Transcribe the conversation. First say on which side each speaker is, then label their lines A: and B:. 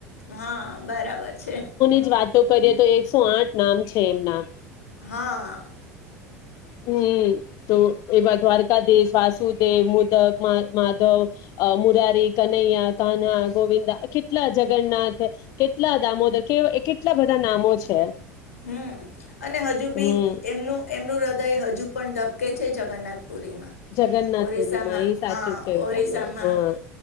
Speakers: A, on the left (about 75°); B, on the left (about 50°).
A: હા બરાબર છે
B: જ વાતો કરીએ તો એકસો આઠ નામ છે એમના
A: હા
B: હમ તો એવા દ્વારકાધીશ વાસુદેવ મુદક માધવ મુરારી કનૈયા કાના ગોવિંદા કેટલા જગન્નાથ કેટલા દામોદર કે કેટલા બધા નામો છે
A: હમ અને હજુ બી
B: હમ
A: એમનું એમનું ઉદ હજુ પણ ધબકે છે જગન્નાથ પુરીમાં
B: જગન્નાથપુરીમાં
A: ઓરિસ્સામાં
B: ઈ સાચું
A: હા
B: કેવું
A: ઓરિસ્સામાં
B: તમે હા